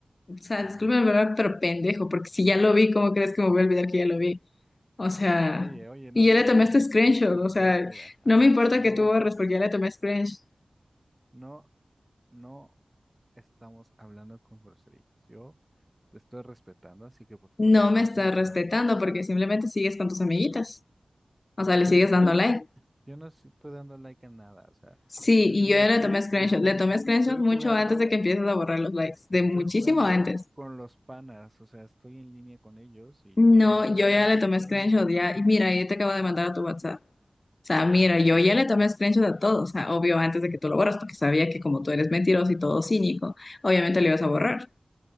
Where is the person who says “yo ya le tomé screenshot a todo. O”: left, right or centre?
Left